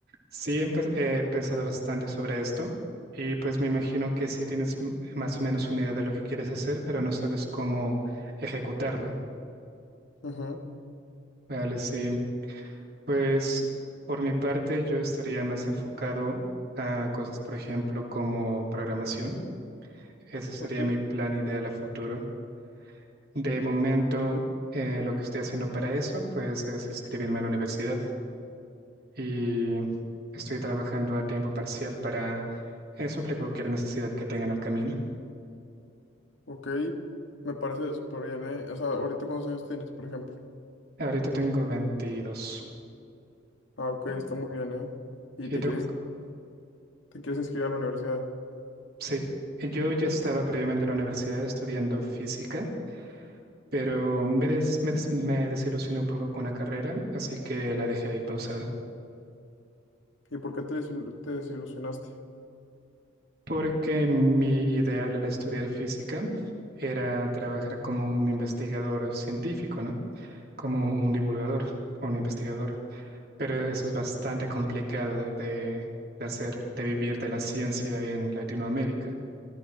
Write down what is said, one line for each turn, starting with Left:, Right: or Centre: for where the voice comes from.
Right: Sí, he, empe- he pensado bastante sobre esto y pues me imagino que sí tienes m- más o menos una idea de lo que quieres hacer, pero no sabes cómo ejecutarlo.
Left: Ujú,
Right: Vale, sí. Pues por mi parte yo estaría más enfocado a cosas, por ejemplo, como programación. Ese sería
Left: Ok,
Right: mi plan ideal a futuro. De momento, eh, lo que estoy haciendo para eso, pues es inscribirme a la universidad. y estoy trabajando a tiempo parcial para eh, suplir cualquier necesidad que tenga en el camino.
Left: ok. Me parece súper bien, ¿eh? O sea, ahorita cuántos años tienes, por ejemplo.
Right: Ahorita tengo 22.
Left: Ah, ok,
Right: ¿Y
Left: está muy bien, ¿eh?
Right: y
Left: Y te
Right: tú?
Left: quieres, te quieres inscribir a la universidad.
Right: Sí, yo ya estaba previamente en la universidad estudiando física, pero me, des- me, des- me desilusioné un poco con la carrera, así que la dejé ahí pausada.
Left: ¿Y por qué te, desilu- te desilusionaste?
Right: Porque mi ideal al estudiar física era trabajar como un investigador científico, ¿no? Como un divulgador o un investigador. Pero eso es bastante complicado de, de- de hacer, de vivir de la ciencia en Latinoamérica.